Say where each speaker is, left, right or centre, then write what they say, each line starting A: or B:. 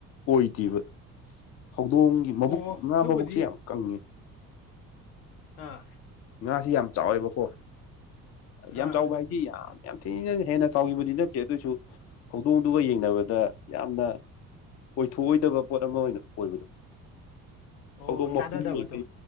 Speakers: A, on the left; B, on the left.
A: ꯑꯣꯏꯗꯦꯕ ꯍꯧꯗꯣꯡꯒꯤ ꯃꯕꯨꯛ
B: ꯑꯣ
A: ꯉꯥ
B: ꯑꯗꯨꯕꯨꯗꯤ
A: ꯃꯕꯨꯛꯁꯦ ꯌꯥꯝ ꯀꯪꯉꯦ
B: ꯑ
A: ꯉꯥꯥꯁ ꯌꯥꯝ ꯆꯥꯎꯋꯦꯕꯀꯣ ꯌꯥꯝ
B: ꯑꯥ
A: ꯆꯥꯎꯕ ꯍꯥꯏꯗꯤꯦ ꯌꯥꯝ ꯌꯥꯝ ꯊꯤꯅ ꯍꯦꯟꯅ ꯆꯥꯎꯈꯤꯕꯗꯤ ꯅꯠꯇꯦ ꯑꯗꯨꯑꯣꯏꯁꯨ ꯍꯧꯗꯣꯡꯗꯨꯒ ꯌꯦꯡꯅꯕꯗ ꯌꯥꯝꯅ ꯑꯣꯏꯊꯣꯛꯑꯣꯏꯗꯕ ꯄꯣꯠ ꯑꯃ ꯑꯣꯏꯅ ꯑꯣꯏꯕꯗꯣ ꯊꯧꯗꯣꯡ
B: ꯑꯣ
A: ꯃꯄꯨꯝꯩ
B: ꯆꯥꯟꯅꯗꯕꯗꯣ